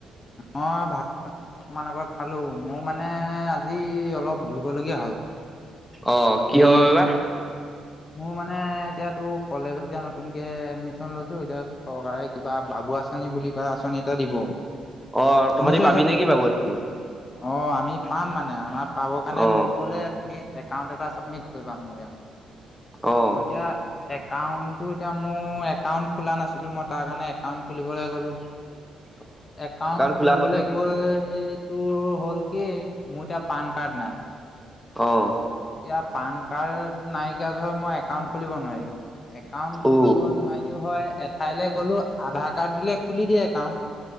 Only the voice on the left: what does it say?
মই ভাত পা অকমান আগত খালো, মোৰ মানে আজি অলপ ঘূৰিব লগীয়া হ'ল।
এই
মোৰ মানে এতিয়া তো কলেজ এতিয়া নতুনকে এডমিশ্যন লৈছো, এতিয়া চৰকাৰে কিবা বাবু আঁচনি বুলি কয় আঁচনি এটা দিব।
শুনিছই
চাগে?
অ' আমি পাম মানে, আমাৰ পাব কাৰণে
মোক কলে তুমি একাউণ্ট এটা চাবমিট কৰিবা মোৰ ইয়াত।
মই এতিয়া একাউণ্টটো এতিয়া মোৰ একাউন্ট খোলা নাছিলো, মই তাৰ কাৰণে একাউন্ট খুলিবলৈ গ'লো।
একাউণ্ট খুলিবলৈ
গৈ তোৰ হ'ল কি মোৰ এতিয়া পান কাৰ্ড নাই।
এতিয়া পান কাৰ্ড নাইকিয়া ধৰ মই একাউন্ট খুলিব নোৱাৰিলো। একাউণ্ট খুলিব
নোৱাৰিলো হয়, এঠাইলে গ'লো আধাৰ কাৰ্ড দিলে খুলি দিয়ে একাউণ্ট।